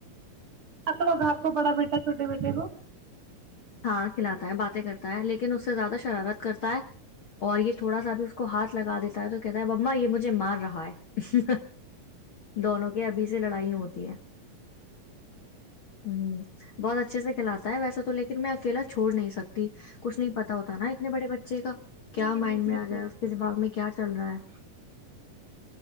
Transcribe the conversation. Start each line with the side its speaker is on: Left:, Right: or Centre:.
Right: اپڑ گھاپ کو بڑا بیٹا چھوٹے بیٹے کو
Left: ہاں کھلاتا ہے باتیں کرتا ہے لیکن اس سے زیادہ شرارت کرتا ہے اور یہ تھوڑا سا اب اس کو ہاتھ لگا دیتا ہے تو کہتا ہے بما یہ مجھے مار رہا ہے دونوں کے ابھی سے لڑائی ہوتی ہے ہ بہت اچھے کھلات ہے ویسے تو لیکن میں اکیلا چھوڑ نہیں ستا سکتی کچھ نہیں پتا ہوتا نا اتنے بڑے بچے کا کیا
Right: نہیں نہیں
Left: مائنڈ
Right: دیکھیے
Left: میں آ جائے اس کے دماغ میں کیا چل رہا ہے